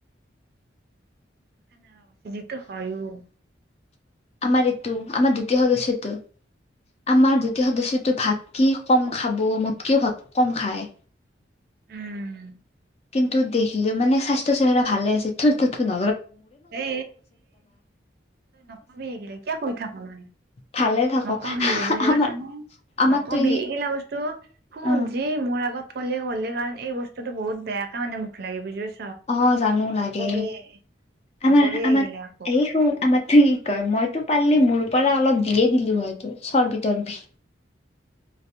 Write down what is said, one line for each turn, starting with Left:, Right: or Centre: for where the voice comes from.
Right: এ নে কৈছা, ফিজিক্সতো হয়তো',
Left: আমাৰ এইটো, আমাৰ দ্বিতীয় সদস্যটো, আমাৰ দ্বিতীয় সদস্য', ত', ভাত কি কম খাব, মোতকেও ভাত কম খায়',
Right: উম
Left: কিন্তু দেখিলো মানে স্বাস্থ্য চেহেৰা ভালে আছে থু থু থু ন
Right: এ তই নকবি এইগিলা কিয় কৈ থাক মানে
Left: ভালে থাকক
Right: নকবি বুজি
Left: আমাৰ
Right: পাইছা না
Left: আমাৰতো
Right: নকবি
Left: ই
Right: এইগিলা বস্তু শুন
Left: উম
Right: যি মোৰ আগত ক'লে ক'লে কাৰণ এই বস্তুটো বহুত বেয়াকে মানে মুখ লাগে বুজি পাইছ
Left: অ জানো লাগে
Right: নকবি নকবি
Left: আমাৰ আমাৰ
Right: এইগিলা আকৌ
Left: এই হো আমাৰ ঠিক হয় মইতো পাৰিলি মোৰ পৰা অলপ দিয়ে দিলো হয় তো চৰ্বি তৰ্বি